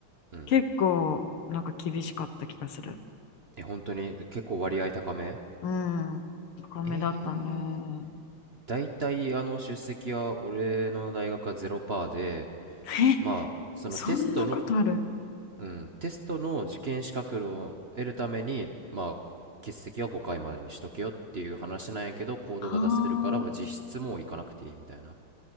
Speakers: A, on the right; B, on the left.
A: うん。
B: 結構、なんか厳しかった気がする。
A: え、本当に結構割合高め
B: うん。高めだったね。
A: えー、大体あの出席は俺の大学はゼロパーで、
B: え、
A: まあ、
B: <laughs>
A: そのテストの、
B: そんなことある
A: うん、テストの受験資格を得るために、まあ、欠席は5回までにしとけよっていう話なんやけど、コードが出せるから、
B: あ
A: まあ実質もう行かなくていいみたいな。